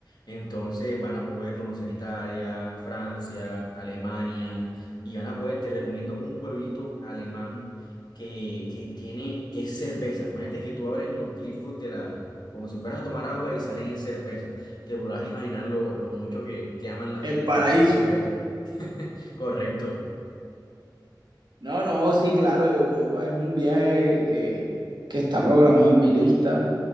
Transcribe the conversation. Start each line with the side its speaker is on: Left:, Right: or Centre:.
Left: Entonces van a poder conocer Italia, Francia, Alemania y van a poder, te recomiendo un pueblito alemán que, que tiene, que es cerveza. Imagínate que tú abres los glifos de la, como si fueras a tomar agua y salen es cerveza. Te podrás imaginar lo, lo mucho que, que aman las,
Right: el
Left: y adoran
Right: paraíso?
Left: las cervezas. Correcto.
Right: No, no, sí, claro, Europa es un viaje eh, que está programado en mi lista,